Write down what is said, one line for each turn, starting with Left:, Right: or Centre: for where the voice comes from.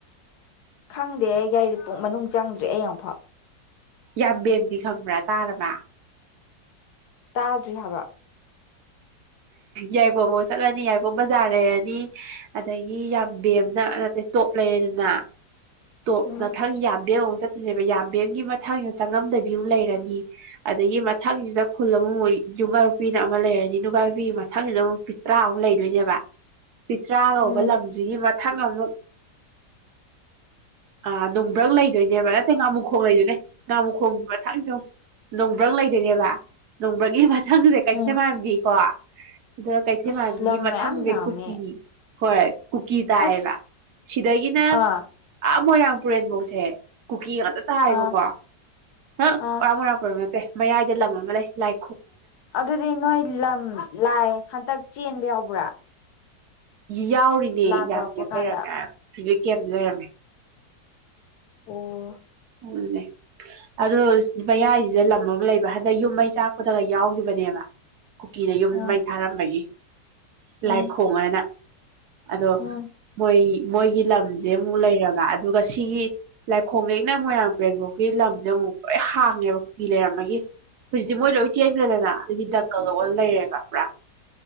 Left: ꯈꯪꯗꯦ ꯑꯩ ꯒꯥꯔꯤ ꯄꯨꯡ ꯃꯅꯨꯡ ꯆꯪꯗ꯭ꯔꯦ ꯑ ꯑꯃꯨꯛꯐꯥꯎ
Right: ꯌꯥꯝꯕꯦꯝꯗꯤ ꯈꯪꯕ꯭ꯔꯥ ꯇꯥꯔꯔꯕ
Left: ꯇꯥꯗ꯭ꯔꯤ ꯍꯥꯏꯕ
Right: ꯌꯥꯏꯕꯣꯐꯥꯎ ꯆꯠꯂꯅꯤ ꯌꯥꯏꯕꯣꯝ ꯕꯖꯥꯔ ꯂꯩꯔꯅꯤ ꯑꯗꯒꯤ ꯌꯥꯝꯕꯦꯝꯅ ꯅꯇꯩꯦ ꯇꯣꯞ ꯂꯩꯔꯅꯤꯅ ꯇꯣ
Left: ꯎꯝ
Right: ꯃꯊꯪ ꯌꯥꯝꯗꯔ ꯆꯠꯄꯅꯦꯕ ꯌꯥꯝꯕꯦꯝꯒꯤ ꯃꯊꯪ ꯆꯪꯉꯝꯗꯕꯤ ꯑꯃ ꯂꯩꯔꯅꯤ ꯑꯗꯨꯗꯒꯤ ꯃꯊꯪꯁꯤꯗ ꯈꯨꯜ ꯑꯃꯨꯛ ꯃꯣꯏ ꯅꯨꯡꯒꯥ ꯅꯨꯄꯤꯅ ꯑꯃ ꯂꯩꯔꯅꯤ ꯅꯨꯡꯉ ꯅꯨꯄꯤꯒꯤ ꯃꯊꯪꯁꯤꯗ ꯑꯃꯨꯛ ꯐꯤ ꯇꯔꯥꯃꯨꯛ ꯂꯩꯗꯣꯏꯅꯦꯕ ꯄꯤ ꯇ꯭ꯔꯥ ꯀꯧꯕꯧꯕ
Left: ꯎꯝ
Right: ꯂꯝꯁꯤꯒꯤ ꯊꯪ ꯑꯃꯨ ꯑ ꯅꯣꯡꯕ꯭ꯔꯪ ꯂꯩꯗꯣꯏꯅꯦꯕ ꯅꯠꯇꯦ ꯉꯥꯃꯨꯈꯣꯡ ꯂꯩꯗꯣꯏꯅꯦ ꯉꯥꯃꯨꯈꯣꯡꯒꯤ ꯃꯊꯪꯁꯨ ꯅꯣꯡꯕ꯭ꯔꯪ ꯂꯩꯗꯣꯏꯅꯦꯕ ꯅꯣꯡꯕ꯭ꯔꯪꯒꯤꯊ ꯊꯪꯁꯦ ꯀꯩꯊꯦ
Left: ꯎꯝ
Right: ꯃꯥꯟꯕꯤꯀꯣ ꯑꯗ ꯀꯩꯊꯦꯜ
Left: ꯑꯁ
Right: ꯃꯥꯟꯕꯤꯒꯤ
Left: ꯂꯝ
Right: ꯃꯊꯪꯁꯦ
Left: ꯃꯌꯥꯝ ꯂꯥꯝꯃꯦ
Right: ꯀꯨꯀꯤ ꯍꯣꯏ ꯀꯨꯀꯤ ꯇꯥꯏꯑꯕ
Left: ꯑꯁ
Right: ꯁꯤꯗꯒꯤꯅ
Left: ꯑꯥ
Right: ꯇ ꯃꯣꯏ ꯔꯝꯄꯨꯔꯠ ꯃꯣꯡꯁꯦ ꯀꯨꯀꯤ ꯇꯥꯏꯌꯦꯕꯀꯣ
Left: ꯑꯥ
Right: ꯍꯪ
Left: ꯑꯥ
Right: ꯋꯥꯕꯨꯔꯥꯛꯄ꯭ꯔꯕ ꯅꯠꯇꯦ ꯃꯌꯥꯏꯗ ꯂꯝ ꯑꯃ ꯂꯩ ꯂꯥꯏ
Left: ꯑꯗꯨꯗꯤ ꯅꯣꯏ ꯂꯝ ꯂꯥꯏ ꯍꯟꯇꯛ ꯆꯦꯟꯕ ꯌꯥꯎꯕ꯭ꯔꯥ
Right: ꯌꯥꯎꯔꯤꯅꯦ
Left: ꯂꯥꯟ
Right: ꯌꯥꯝ
Left: ꯇꯧꯔꯛꯄ
Right: ꯀꯦ ꯂꯩꯔꯝꯃꯦ
Left: ꯀꯥꯟꯗ
Right: ꯍꯧꯗꯛ ꯀꯦꯝꯇ ꯂꯩꯔꯝꯃꯦ
Left: ꯑꯣ
Right: ꯎꯅꯦ ꯑꯗꯨ ꯃꯌꯥꯏꯁꯤꯗ ꯂꯝ ꯑꯃ ꯂꯩꯕ ꯍꯟꯗꯛ ꯌꯨꯝ ꯃꯩ ꯆꯥꯛꯄꯗꯒ ꯌꯥꯎꯈꯤꯕꯅꯦꯕ ꯀꯨꯀꯤꯅ ꯌꯨꯝ
Left: ꯎꯝ
Right: ꯃꯩ ꯊꯥꯔꯝꯕꯒꯤ
Left: ꯎꯝ
Right: ꯂꯥꯏꯈꯣꯡꯉꯅ ꯑꯗꯣ
Left: ꯎꯝ
Right: ꯃꯣꯏ ꯃꯣꯏꯒꯤ ꯂꯝꯁꯦ ꯑꯃꯨꯛ ꯂꯩꯔꯒ ꯑꯗꯨꯒ ꯁꯤꯒꯤ ꯂꯥꯏꯈꯣ ꯂꯩꯩ ꯑꯩꯅ ꯃꯣꯏꯔꯥꯡ ꯄꯔꯦꯟꯐꯥꯎꯒꯤ ꯂꯝꯁꯦ ꯑꯃꯨꯛ ꯂꯣꯏ ꯍꯥꯡꯉꯦꯕ ꯀꯨꯐ ꯂꯩꯔꯝꯃꯒ ꯍꯧꯖꯤꯛꯇꯤ ꯃꯣꯏ ꯂꯣꯏ ꯆꯦꯟꯗ꯭ꯔꯦꯗꯅ ꯑꯗꯨꯒꯤ ꯖꯪꯒꯜ ꯂ ꯂꯩꯔꯦꯕ ꯄꯨꯔꯥ